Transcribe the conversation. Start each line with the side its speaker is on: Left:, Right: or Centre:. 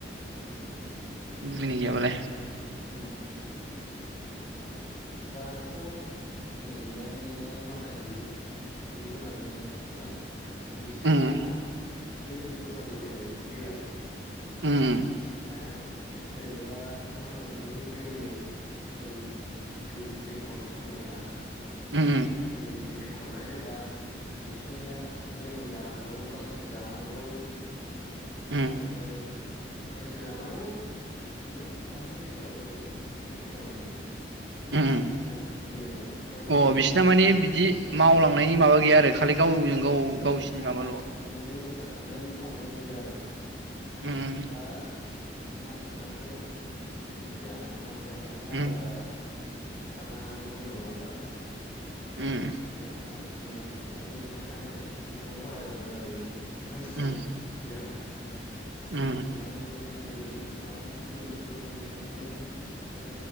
Left: उम
Right: लुगैनाय गैयाबालाय
Left: उम दाथ' नै जेनेबा नोङो माखासे जिब जुनारनियाव नाय बिसोनिया
Right: उम
Left: बेबायदि दस्रा लुबैनाय गैला
Right: उम
Left: बिसिनिया जेनेबा मा होनो बिदिखौ जिउनि बोरै जिउ गिदिंखन होनोना
Right: उम
Left: जिउनि गिदिंख खननाय जों बा बिसि खिनिया जोनोम जानांगौ गांसो जानांगौ
Right: उम
Left: आमफ्राय गांसो जानांगौ ओमफ्राय हारसिं बैसो‌ जालांनांगौ ओमफ्राय थैलांनांगौ
Right: उम
Left: बिसिना बेनोल' गांसोल'
Right: अ
Left: मोनजाबाय
Right: बिसिना
Left: जानांगौ‌
Right: माने बिदि
Left: ओम
Right: मावलांनायनि माबा गैया आरो खालि गावजों
Left: माने
Right: गाव गावसिनि
Left: बिसिना
Right: माबाल'
Left: बिदि दस्रा साननाय माबानाय गैला आरो बिसिना
Right: उम
Left: दा मानसिफोरनाथ' बिदि जायाना मानसि जाया नोङो आलादा
Right: उम
Left: साननो हानाय गुन दं नालाय
Right: उम
Left: माने मानसि ओम मानसिनि साननाया जेसेबां सानो एसेबां बारायलाङो आरो बिनि मानसिनि
Right: उम
Left: गियाना
Right: उम
Left: जेसेबां नोङो बिजिरगोन इसिबां मोनथिगोन जेस बिसिबां नोङो ओ